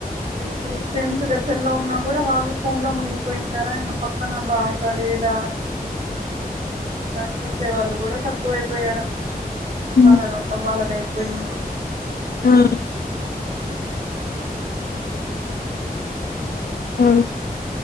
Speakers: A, on the right (about 55°); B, on the left (about 80°).
A: ే ఇప్పుడు ఫ్రెండ్స్ దగ్గరలో ఉన్నా కూడా వాళ్ళు ఫోన్ లో మునిగిపోయింటారా ఇంకా పక్క పన బాగుందా లేదా అలా చూసే వాళ్ళు కూడా తక్కువైపో పోయాడం
B: ఉమ్
A: వాళ్ళ లోకం వాళ్లది అయిపోయింది
B: మ్మ్ ఆ